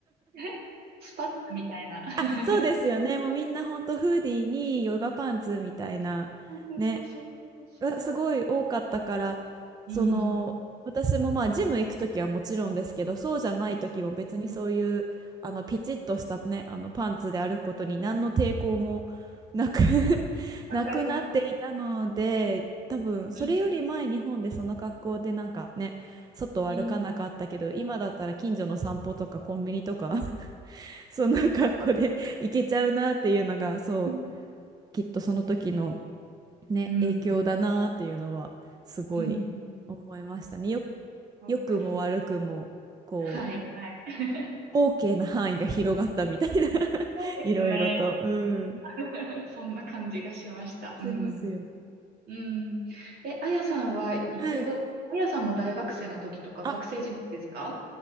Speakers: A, on the right; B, on the right.
A: <laughs> スパッみたいな。<laughs>
B: <laughs> そうですよねもうみんなほんとフーディーにヨガパンツみたいなね
A: そうそうそうそうそ
B: がすごい多かったからその私もまあジム行く時はもちろんですけどそうじゃない時も別にそういうあのピチッとしたねあのパンツで歩くことに何の抵抗もなく
A: う。うん。うんうんうんはいはい
B: <laughs>
A: わかります。
B: なくなっていたので多分それより前日本でその格好でなんかね外を歩かなかったけど今だったら近所の散歩とかコンビニとか
A: うん。うん。
B: <laughs> そんな格好で行けちゃうなっていうのがそう
A: うん。
B: きっとその時の。ね、
A: うん。
B: 影響だなっていうのはすごい思いましたね。
A: うん。
B: よ、
A: あ、わかります。
B: 良くも悪くも、こ
A: はいはい。<laughs>
B: う、OK な範囲が広がったみたいな <laughs>
A: そうですね。
B: いろいろと。うん。
A: <laughs> そんな感じがしました。
B: しますよね。
A: うん。うん。え、あやさんはいつご、
B: はい。
A: あやさんも大学生の時とか、
B: あ、
A: 学生時代ですか